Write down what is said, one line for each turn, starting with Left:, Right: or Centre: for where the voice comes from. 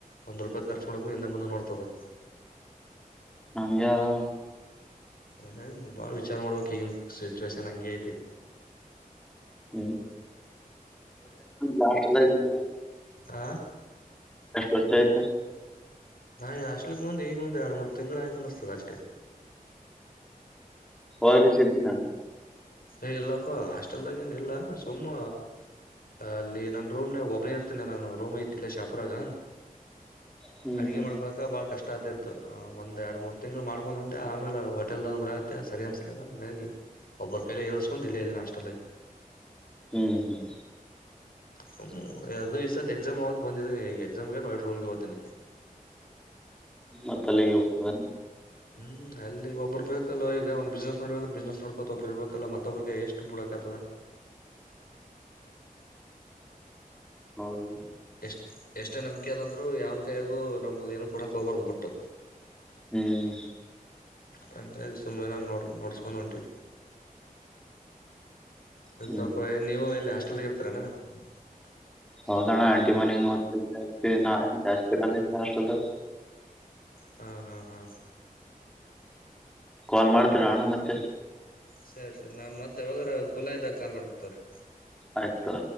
Left: ಒಂದ್ ರೂಪಾಯಿ ರ್ಚ್ ಮಾಡಕು ಇಿಂದೆ ಮುಂದ ನೋಡ್ತವೆ
Centre: ನಂಜಾದಾ
Left: ಹ ಬಾಳ್ ವಿಚಾರ ಮಾಡ್ಬೇಕಕ್ ಈಗನ್ ಸಿಚುವೇಶನ್ ಹಂಗಗೆ ಐತಿ
Centre: ಹ್ಮ್ ಲಾ ಎಲ್ಲ
Left: ಹ
Centre: ವರ್ಚ ್ದ
Left: ನಾ ಯ ಅಸ್ಲಕ್ ಬಂದ್ ಈಗ ಒಂದ್ ಎರಡು ಮೂರ್ ತಿಂಗಳು ಆಯ್ತು ಅನಸ್ತದ ಅಷ್ಟೇ
Centre: ಹಹಲಿ ಸಿಿದಿದ್ದ ನ
Left: ಹಏ ಇಲ್ಲಪ್ಪ ಹಾಸ್ಟೆಲ್ದಾಗಏನ ಇಲ್ಲ ಸುಮ್ಮ ಅಲ್ಲಿ ನನ್ನ ರೂಮ್ನ ಒಬ್ಬನೇ ಇರ್ತೀನಿ ನಾನು ರೂಮ್ ಐತಿಲ್ಲ ಶಾಪುರಾಗ
Centre: ಹ್ಮ್
Left: ಅಡುಗೆ
Centre: ಹ್ಮ್
Left: ಮಾಡ್ಕೊಳಕ ಬಾಳ್ ಕಷ್ಟ ಆದ ಇತ್ತು ಅ ಒಂದ ಎರಡು ಮೂರ್ ತಿಂಗ್ಗಳು ಮಾಡ್ಕೊಂಡ್ ಉಟೆ ಆಮೇಲೆ ಹ ಹೊಟೆಲ್ದ ಗೂಡತೆೆ ಸರಿ ಅನ್ಸಲಿಲ್ಲ ಹಂಗಾಗಿ ಒಬ್ಬರ್ ಕೈಲೆ ಏಳ್ಿಸಕೊಂಡು ಇಲ್ಲೇ ಇದ್ದೀನ ಹಾಸ್ಟೆಲ್ಾಗಿ
Centre: ಹ್ಮ್ ಹ್ಮ್
Left: ಹ ಅದು ಇಷ್ಟದ ಎಕ್ಸಾಮ್ ಆತ್ತು ಬಂದಿದೀನಿ ಈಗ ಎಕ್ಸಾಮ್ಗೆ ರೂಮ್ಗೆ ಹತೇನಿ
Centre: ಮತ್ತ ಅಲ್ಲಿಗೆ ಹೋಗ್ತದೆಾನ
Left: ಹ್ಮ್ ಅಲ್ಲಿ ಒಬ್ಬ್ರರು ಬೇಕಲ್ವ ಈಗ ಒಂದ್ ಬಿಸ್ನೆಸ್ ಮಾಡವ ಅಂದ್ರೆ ಬಿಸ್ನೆಸ್ ನೋಡ್ಕೋತ ಒಬ್ಬರು ಇರ್ಬೇಕಲ್ಲ ಮತ್ತೊಬ್ರಿಗೆ ಎಷ್ಟು ಬುಡಕತದ
Centre: ಹೌದ
Left: ಎಷ್ಟ್ ಎಷ್ಟೇ ನಂಬಿಕೆ ಅದಂದ್ರೂ ಯಾವನ ಕೈಯಾಗೂ ನಮ್ದು ಏನ ಕೊಡಕ್ ಹೋಗಬಾರ್ದು ಬಿಟ್ಟು
Centre: ಹ್ಮ್
Left: ಹಂಗಾಗಿ ಸುಮ್ಮನೆ ನು ನೋಡ್ ನೋಡ್ಸ್ಕೊಂಡ್ ಹೊಂಟಿವಿ
Centre: ಹ್ಮ್
Left: ತಪ ನೀವು ಇಲ್ಲ ಹೋಟಲ್ ಇರ್ತಾರಣ <unintelligible>
Centre: ಹೌದಣ್ಣ ಆಂಟಿ ಮನಗ್ ನೋ ನ ಜಾಸ್ತಿ ಕಲ ಆ <unintelligible>
Left: ಹ್ಮ ಹ್ಮ್ ಹಾ
Centre: ಕಾಲ್ ಮಾಡ್ತೀರಾ ಅಣ್ಣ ಮತ್ತೆ
Left: ಸರಿ ಸರಿ ನಾನ್ ಮತ್ತೆ ಯಾವಾಗ ಕುಲ್ಲ ಇದ್ದಾಗ ಕಾಲ್ ಮಾಡ್ತತವ್ರೀ
Centre: ಆತು